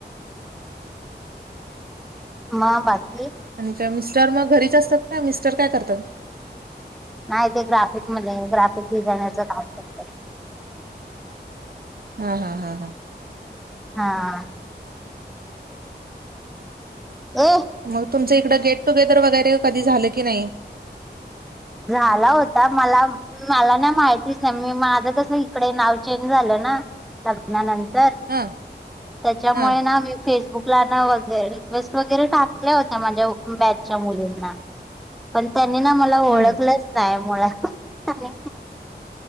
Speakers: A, in the centre; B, on the right (about 55°).
A: म बाकी
B: आणि का मिस्टर मग घरीच असतात ना मिस्टर काय करतात.
A: नाही ते ग्राफिकमध्येध्ये ग्राफिक डिझायनर काम करतात.
B: हा हा हा हा.
A: हा. ए
B: मग तुमचं इकडं गेट टुगेदर वगैरे कधी झालं की नाही.
A: झाला होता मला मला ना माहितीच नाही मी माझं कस इकडे नाव चेंज झालं ना. नंतर त्याच्यामुळे
B: हा हा
A: ना. फेसबुकला ना वगर रिक्वेस्ट वगैरे टाकल्या होत्या माझ्या बॅचच्या मुलींना
B: <inaudible>
A: पण त्यांनी ना मला ओळखलंच
B: हम्म
A: नाय मुळा आणि